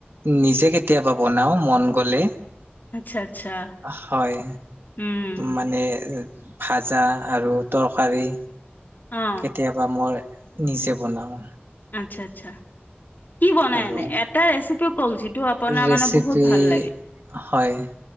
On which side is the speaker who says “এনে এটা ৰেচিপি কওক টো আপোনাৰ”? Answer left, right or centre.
Left